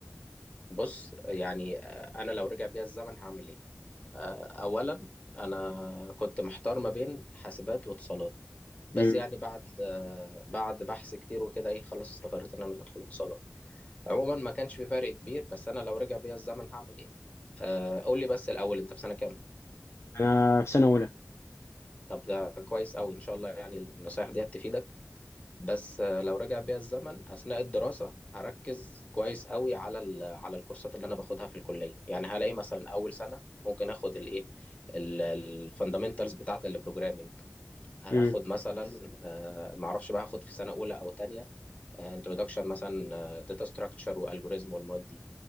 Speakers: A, on the left; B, on the left.
A: بص يعني آه، انا لو رجع بيا الزمن هعمل ايه آه، اولا انا كنت محتار ما بين حاسبات واتصالات بس
B: مم.
A: يعني بعد آه، بعد بحث كتير وكده ايه خلاص استقريت ان انا هدخل اتصالات عموما ما كانش في فرق كبير بس انا لو رجع بيا الزمن هعمل ايه آه، قول لي بس الاول انت في سنة كام
B: انا في سنه اولى
A: طب ده كويس قوي ان شاء الله يعني النصايح دي تفيدك بس آه، لو رجع بيا الزمن اثناء الدراسه هركز كويس قوي على ال- على الكورسات اللي انا باخدها في الكليه يعني هلاقي مثلا اول سنه ممكن اخد الايه الفاندامنتالز بتاعه البروجرامنج هاخد
B: مم.
A: مثلا آه، معرفش بقى هاخد في سنه اولى او تانية انترودكشن مثلا داتا ستراكشر والجوريزم والمواد دي